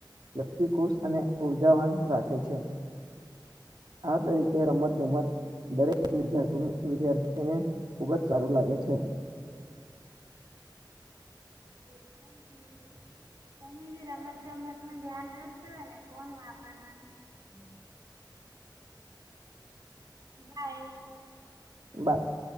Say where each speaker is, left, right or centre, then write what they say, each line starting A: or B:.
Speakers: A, on the right; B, on the right.
A: વ્યક્તિ ખુશ અને ઉર્જાવાન રાખે છે આ તરીકે રમતગમત દરેક વિદ્યાથી વિદ્યાર્થીને ખૂબ જ સારું લાગે છે.
B: <unintelligible> એ તમે બી રમતગમતમાં ધ્યાન રાખજો ને ફોન વાપરવાનું નથી. બાય.
A: બાય.